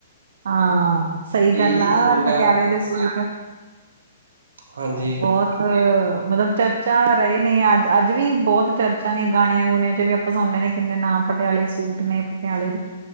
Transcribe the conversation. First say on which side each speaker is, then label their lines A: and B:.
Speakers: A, on the right (about 65°); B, on the right (about 85°).
A: ਹਾਂ, ਸਹੀ ਗੱਲ
B: ਇਹੀ
A: ਆ
B: ਤਾਂ ਰੋਲ
A: ਪਟਿਆਲੇ
B: ਹੈ
A: ਦੇ ਸੂਟ
B: ਹਾਂਜੀ।
A: ਬਹੁਤ ਅ ਮਤਲਬ ਚਰਚਾ ਰਹੇ ਨੇ, ਅੱਜ ਅੱਜ ਵੀ ਬਹੁਤ ਚਰਚਾ ਨੇ ਗਾਣਿਆਂ ਗੁਣਿਆਂ ਚ ਵੀ ਆਪਾਂ ਸੁਣ ਲੈਣੇ ਕਿੰਨੇ ਨਾਮ, ਪਟਿਆਲੇ ਸੂਟ ਨੇ, ਪਟਿਆਲੇ ਦੇ